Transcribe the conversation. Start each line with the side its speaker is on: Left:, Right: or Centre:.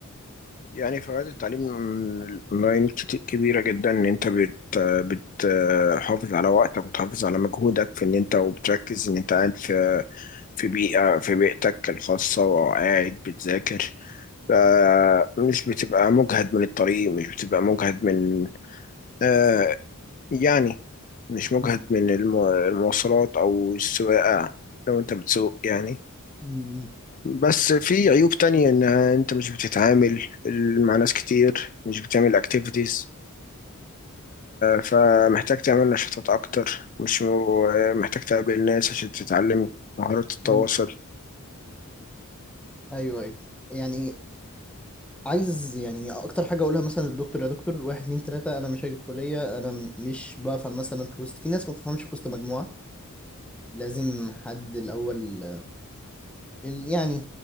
Left: يعني فوائد التعليم اونلاين كت- كبيره جدا ان انت بت بتحافظ على وقتك وتحافظ على مجهودك في ان انت وبتركز ان انت قاعد في في بيئه في بيئتك الخاصه وقاعد بتذاكر فمش بتبقى مجهد من الطريق مش بتبقى مجهد من آه يعني مش مجهد
Centre: مم.
Left: من الم- المواصلات او السواقه لو انت بتسوق يعني
Centre: مم.
Left: بس في عيوب تانية انها انت مش بتتعامل مع ناس كتير مش بتعمل اكتيفيتيز فمحتاج تعمل نشاطات اكتر مش م- محتاج تقابل ناس عشان تتعلم مهارات التواصل
Centre: مم. ايوه أيوة. يعني عايز يعني اكتر حاجه اقولها مثلا للدكتور يا دكتور واحد اتنين تلاته انا مش هاجي الكليه انا م- مش بفهم مثلا في وسط في ناس ما بتفهمش في وسط مجموعه لازم حد الأول آه، ال- يعني